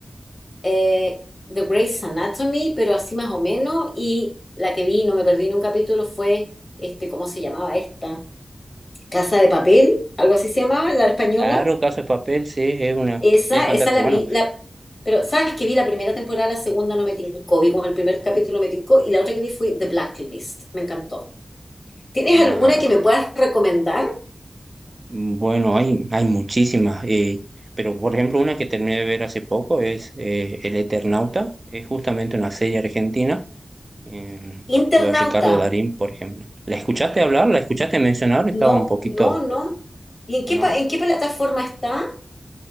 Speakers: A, on the left; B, on the right.
A: eh, The Grey's Anatomy, pero así más o menos, y la que vi, no me perdí ni un capítulo, fue, este, ¿cómo se llamaba esta? Casa de Papel, algo así se llamaba, la española.
B: Claro, Caso de Papel, sí, es una
A: Esa,
B: serie fantástica.
A: esa la
B: Bueno,
A: vi, la, pero sabes que vi la primera temporada, la segunda no me tincó, vi como el primer capítulo me tincó, y la otra que vi fue The Blacklist, me encantó. ¿Tienes
B: la,
A: alguna que me puedas recomendar?
B: bueno, hay, hay muchísimas. eh, pero, por ejemplo, una que terminé de ver hace poco es eh, El Eternauta. Es justamente una serie argentina. eh, actúa
A: Internauta,
B: Ricardo Darín, por ejemplo. ¿La escuchaste hablar? ¿La escuchaste mencionar? Estaba
A: no,
B: un poquito,
A: no, no. ¿Y en
B: ¿no?
A: qué, pa- en qué plataforma está?